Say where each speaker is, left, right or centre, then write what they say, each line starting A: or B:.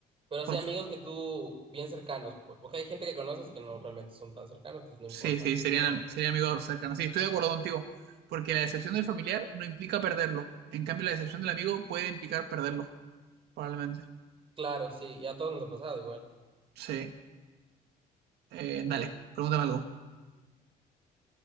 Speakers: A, on the right; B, on the right.
A: Pero
B: Por,
A: sí, amigos que tú, bien cercanos, pues, porque hay gente que conoces que no realmente son tan cercanos, entonces no
B: Sí,
A: importa.
B: sí, serían,
A: Pero
B: serían amigos cercanos. Sí, estoy de acuerdo contigo, porque la decepción del familiar no implica perderlo. En cambio, la decepción del amigo puede implicar perderlo, probablemente.
A: claro, sí, y a todos nos ha pasado igual.
B: Sí. Eh, dale, pregúntame algo.